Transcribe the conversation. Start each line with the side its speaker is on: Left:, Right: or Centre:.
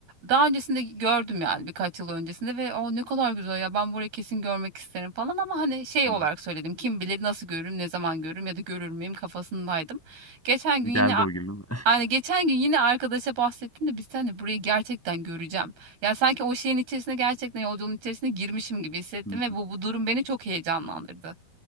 Right: Daha öncesinde gördüm yani birkaç yıl öncesinde ve o ne kadar güzel ya ben burayı kesin görmek isterim falan ama hani şey
Centre: Hı
Right: olarak
Centre: hı.
Right: söyledim kim bilir nasıl görürüm ne zaman görürüm ya da görür müyüm kafasındaydım. Geçen gün yine
Centre: Geldi o gün değil mi?
Right: yani geçen gün yine arkadaşa bahsettim de biz seninle burayı gerçekten göreceğim. Yani sanki o şeyin içerisine gerçekten yolculuğun içerisine girmişim gibi hissettim
Centre: Hı
Right: ve
Centre: hı.
Right: bu, bu durum beni çok heyecanlandırdı.